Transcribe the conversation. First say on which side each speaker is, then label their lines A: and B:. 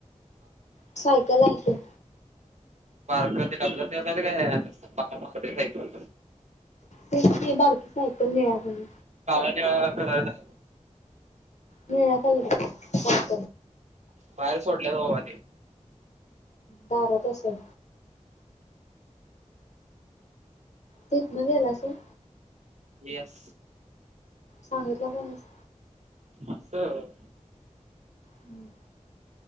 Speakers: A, on the left; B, on the right.
A: सायकल हाय की.
B: बारक ते ढकलत नेताली काय आणि बा मारतंय सायकल,
A: तेच ती बारकी सायकल निळ्या कलर
B: काय निळा कलरच.
A: निळ्या कलर <unintelligible>
B: बाहेर सोडल्यात बाबा ते.
A: दारात असेल. तितन गेलास व्हय
B: येस
A: सांगितलं का नायस
B: असचं
A: हम्म